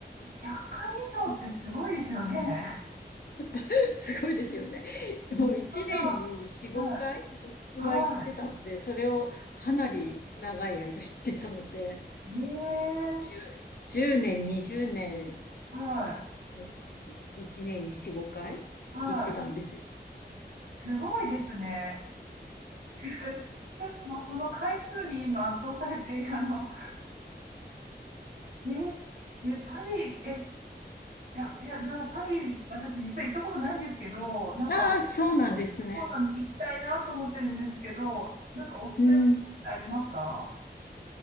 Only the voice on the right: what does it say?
100回以上ってすごいですよね。<laughs>
なるほ
ど。
はい、はい。
え
ー、はい、
はい。すごいですね。<laughs> ちょっともうその回数に今圧倒されて、あの、えー、え、パリ、え、いや、いや、じゃあパリ、私実は行ったことないんですけど、なんか、
そうなの、行きたいなと思ってるんですけど、なんかおすすめのところってありますか